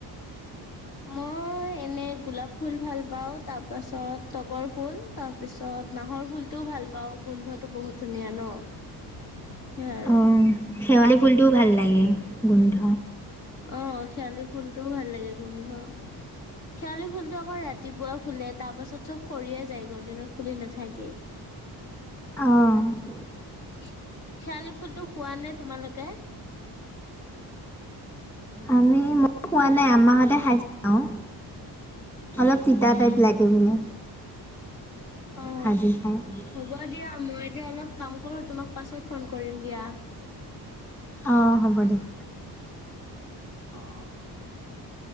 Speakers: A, on the left; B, in the centre.
A: মই এনে, গোলাপ ফুল ভাল পাওঁ, তাৰ পাছত তগৰ ফুল, তাৰ পিছত নাহৰ ফুল টো ভাল পাওঁ, গোন্ধটো বহুত ধুনীয়া ন'! সেইয়াই আৰু।
B: অ শেৱালি ফুলটোও ভাল লাগে, গোন্ধ।
A: অ'! শেৱালি ফুলটোও ভাল লাগে, গোন্ধ। শেৱালি ফুলটো আকৌ, ৰাতিপুৱা ফুলে। তাৰ পাছত, চব সৰিয়ে যায়। গধূলি দিনত ফুলি নাথাকেই। <inaudible>
B: অ'!
A: শেৱালি ফুলটো খোৱা নে তোমালোকে?
B: আমি, মই খোৱা নাই। মামাহঁতে খাই, চাওঁ। অলপ তিতা
A: অ
B: টাইপ লাগে, বোলে।
A: অ'!
B: ভাজি খাই।
A: হ'ব দিয়া, মই এতিয়া অলপ কাম কৰোঁ। তোমাক পাছত ফোন কৰিম দিয়া।
B: অ'! হ'ব দিয়া।
A: অ'! <unintelligible>